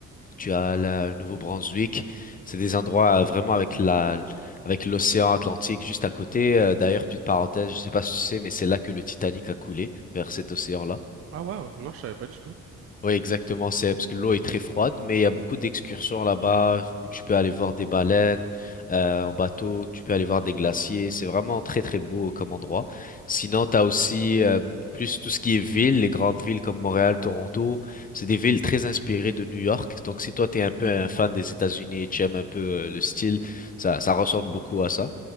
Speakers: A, on the left (about 30°); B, on the right (about 50°).
A: tu as la- le Nouveau-Brunswick. C'est des endroits euh, vraiment avec la, avec l'océan Atlantique juste à côté. Euh, d'ailleurs, petite parenthèse, je sais pas si tu sais, mais c'est là que le Titanic a coulé, vers cet océan-là.
B: Ah waouh, non, je savais pas du tout.
A: Oui, exactement, c'est parce que l'eau est très froide, mais il y a beaucoup d'excursions là-bas où tu peux aller voir des baleines euh, en bateau, tu peux aller voir des glaciers, c'est vraiment très très beau comme endroit. Sinon, t'as aussi euh, plus tout ce qui est ville, les grandes villes comme Montréal, Toronto, c'est des villes très inspirées de New York. Donc si toi t'es un peu un fan des États-Unis et tu aimes un peu euh, le style, ça ça ressemble beaucoup à ça.